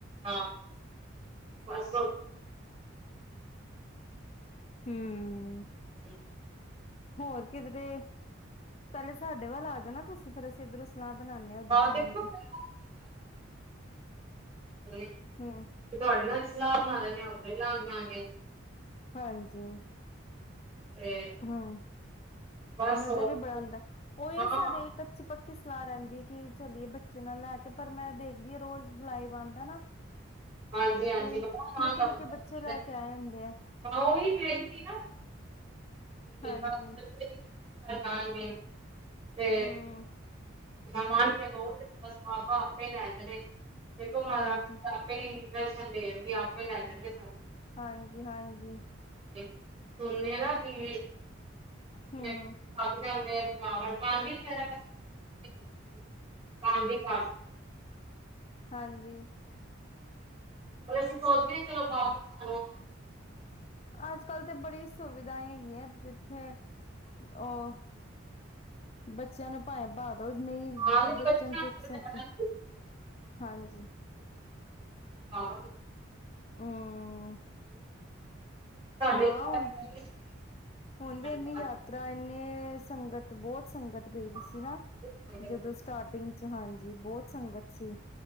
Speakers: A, on the right; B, on the left.
A: ਹਾਂ ਬਸ,
B: ਹੂੰ।
A: <unintelligible>
B: ਹੋਰ ਕਿੱਧਰੇ ਪਹਿਲੇ ਸਾਡੇ ਵੱਲ ਆ ਜਾਣਾ ਨਾ ਤੁਸੀਂ ਫੇਰ ਅਸੀਂ ਇੱਧਰੋਂ ਸਲਾ ਬਣਾਉਦੇ ਆ ਉੱਧਰ
A: ਹਾਂ
B: ਜਾਣ
A: ਦੇਖੋ
B: ਦੀ,
A: ਫਿਰ ਮੈਂ ਗੱਲ ਕਰਾਂਗੀ ਤੁਹਾਡੇ
B: ਹੂੰ
A: ਨਾਲ ਸਲਾਹ ਬਣਾ <unintelligible> ਉਦ ਹੀ ਲੱਗ ਜਾਗੇ।
B: ਹਾਂ। ਹੂੰ,
A: ਤੇ
B: ਹੂੰ,
A: ਬਸ
B: ਮਜ਼ਾ
A: ਹੋਰ
B: ਵੀ
A: ਕੀ।
B: ਬੜਾ ਆਉਂਦਾ ਉਹ ਹੈ
A: ਹਾਂ
B: ਸਾਡੇ ਕੱਚੇ ਪੱਕੇ ਸਲਾਹ ਰਹਿੰਦੀ ਕਿ ਚਲੀਏ ਬੱਚੇ ਨਾਲ ਲੈ ਕੇ ਪਰ ਮੈਂ ਦੇਖਦੀ ਹ ਰੋਜ਼ ਲਾਈਵ ਆਉਂਦਾ ਨਾ।
A: ਹਾਂਜੀ ਹਾਂਜੀ
B: ਤੇ
A: ਬੜਾ
B: ਨਿੱਕੇ
A: ਮਨ ਲੱਗਦਾ
B: ਨਿੱਕੇ ਬੱਚੇ ਲੈ ਕੇ ਆਏ ਹੁੰਦੇ ਆ।
A: ਹਾਂ ਉਹੀ ਮੇਰੀ ਵੀ ਨਾ ਤੇ
B: ਹਾਂਜੀ।
A: ਬਸ <unintelligible> ਤੇ,
B: ਹੂੰ
A: <unintelligible> ਤੇ ਬਹੁਤ ਬ ਬਾਬਾ ਆਪੇ ਲੈ ਜਾਵੇ। ਦੇਖੋ ਮਹਾਰਾਜ
B: ਹਾਂਜੀ
A: ਜੀ ਆਪੇ। ਦਰਸ਼ਨ ਦੇਣਗੇ ਆਪੇ ਲੈਂਦੇ,
B: ਹਾਂਜੀ ਹਾਂਜੀ
A: ਸੁਣੇ ਨਾ ਕੀ ਹੀ
B: ਹੂੰ
A: ਸਮ ਜਾਂਦੇ ਆ ਥਕਾਵਟ <unintelligible> ਹਾਂ <unintelligible>
B: ਹਾਂਜੀ
A: ਪਰ ਅਸੀਂ ਸੋਚਦੇ ਕੋਲ ਵਾਪ ਆ
B: ਅੱਜ ਕੱਲ ਤੇ ਬੜੀ ਸੁਵਿਧਾ ਹੈਗੀਆਂ ਉੱਥੇ ਅ ਬੱਚੇ ੱਚਨ ਭਾਏ ਬਾਗ ਨਹੀਂ
A: ਹਾਂ ਨਹੀਂ
B: ਬੱਚਨ
A: ਬੱਚਿਆਂ ਵਾਸਤੇ
B: ਚੁੱਕ
A: ਤਾਂ
B: ਸਕਦੇ
A: ਬੜਾ ਜ਼ਰੂਰੀ ਹੈ
B: ਹਾਂਜੀ
A: ਹਾਂ
B: ਹੂੰ
A: ਸਾਡੇ
B: ਹਾਂ
A: ਵੀ
B: ਹੁਣ
A: ਆਏ ਗਏ ਸੀਗੇ
B: ਹੁਣ
A: ਸਾਡੇ
B: ਵੀ ਇੰਨੀ
A: ਘਰ
B: ਯਾਤਰਾ
A: ਸੀਗੇ
B: ਇੰਨੇ ਸੰਗਤ ਬਹੁਤ ਸੰਗਤ ਗਈ ਦੀ
A: ਹਾਂ
B: ਸੀ ਨਾ ਜਦੋਂ ਸਟਾਰਟਿੰਗ ਹਾਂਜੀ ਬਹੁਤ ਸੰਗਤ ਸੀ